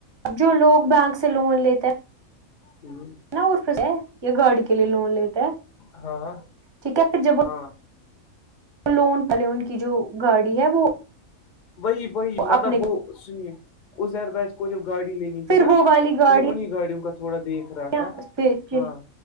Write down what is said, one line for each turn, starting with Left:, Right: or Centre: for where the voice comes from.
Right: جو لوگ بینک سے لون لیتے ہیں
Left: ہوں
Right: ن ارف یہ گاڑی کے لیے لوون لیتے ہے
Left: ہاں
Right: ٹھیک پھر جب
Left: ہاں
Right: لون پلون کی جو گاڑی ہے وہ
Left: وہی وہی مطلب
Right: اپنے
Left: وہ سنیے عزیر بھائی کو جب گاڑی لینی تھی
Right: پھر
Left: نا
Right: وہ والی گاڑیاں
Left: تو وہ انہیں گاڑیوں کا تھوڑا دیکھ رہا تھا
Right: اور
Left: ہاں